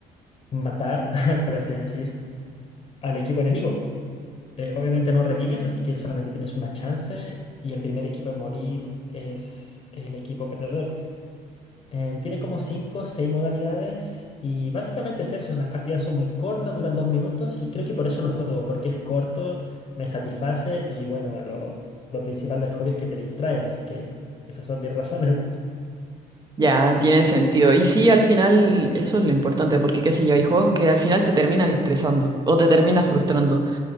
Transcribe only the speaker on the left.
matar, <laughs> por así decir, al equipo enemigo. Eh, obviamente no revives, así que solamente tienes una chance y el primer equipo en morir es el equipo perdedor. Em, tiene como 5 o 6 modalidades y básicamente es eso, las partidas son muy cortas, duran 2 minutos y creo que por eso lo juego, porque es corto, me satisface y bueno, lo, lo principal del hobby es que te distrae, así que esas son mis razones. <laughs>